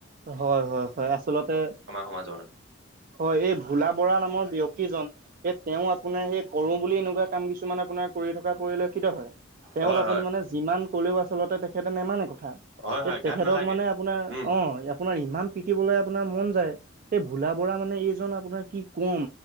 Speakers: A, on the right; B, on the right.
A: হ'য়, হ'য় হ'য়। আচলতে
B: সমাজৰ
A: হ'য়, এই ভোলা বড়া নামৰ ব্যয়ক্তিজন এ তেওঁ আপোনাৰ সেই কৰোঁ বুলি এনেকুৱা কাম কিছুমান আপোনাৰ কৰি থকা পৰিলক্ষিত হ'য়। তেওঁক
B: হয়
A: আপুনি
B: হয়
A: মানে যিমান ক'লেও আচলতে তেখেতে নেমানে কথা।
B: হয় হয়
A: এ তেখেতক
B: গাত নালাগে
A: মানে আপোনাৰ
B: উম
A: অঁ, আপোনাৰ ইমান পিটিবলে আপোনাৰ মন যায়। এই ভোলা বড়া মানে এইজন আপোনাৰ কি কম।